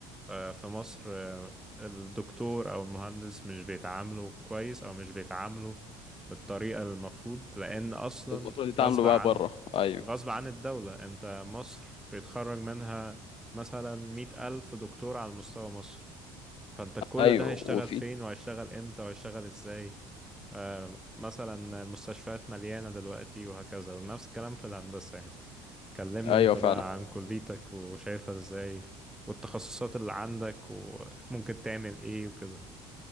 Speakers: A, in the centre; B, on the left.
A: آه، في مصر آه، الدكتور أو المهندس مش بيتعاملوا كويس أو مش بيتعاملوا بالطريقة المفروض لأن أصلا
B: اللي المفروض يتعاملوا
A: غصب
B: بقى
A: عن
B: بره ايوه
A: غصب عن الدولة انت مصر بيتخرج منها مثلا مئة ألف دكتور على مستوى مصر فانت كل
B: ايوه
A: ده هيشتغل
B: وفي
A: فين وهيشتغل امتى وهيشتغل ازاي آه مثلا المستشفيات مليانة دلوقتي وهكذا ونفس الكلام في الهندسة يعني كلمني
B: ايوه
A: انت
B: فعلا
A: بقى عن كليتك وشايفها ازاي والتخصصات اللي عندك وممكن تعمل ايه وكده